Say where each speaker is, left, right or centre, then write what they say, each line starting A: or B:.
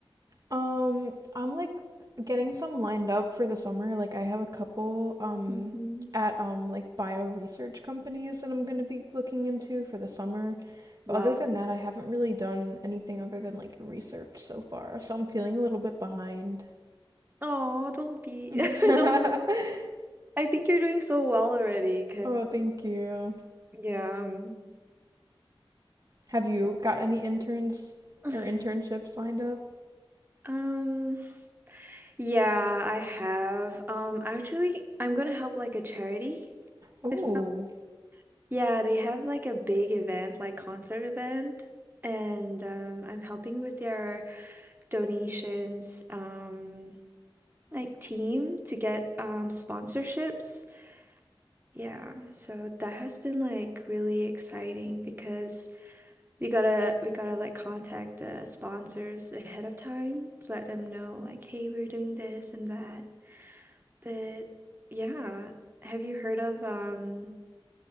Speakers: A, on the right (about 45°); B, on the right (about 20°).
A: Um, I'm like getting some lined up for the summer. Like, I have a couple um
B: Mhm.
A: at um like bio research companies that I'm gonna be looking into for the summer.
B: Wow.
A: But other than that, I haven't really done anything other than like research so far. So I'm feeling a little bit behind.
B: Oh, don't be.
A: <laughs>
B: <laughs> Don't. I think you're doing so well already
A: Oh, thank you.
B: Yeah. Um,
A: Have you got any interns
B: <sighs>
A: or internships lined up?
B: um, yeah, I have. Um, actually, I'm gonna help like a charity
A: Oh,
B: this summer. Yeah, they have like a big event, like concert event, and um, I'm helping with their donations, um, like team to get um sponsorships. Yeah, so that has been like really exciting because We gotta we gotta like contact the sponsors ahead of time to let them know like, hey, we're doing this and that. But yeah, have you heard of um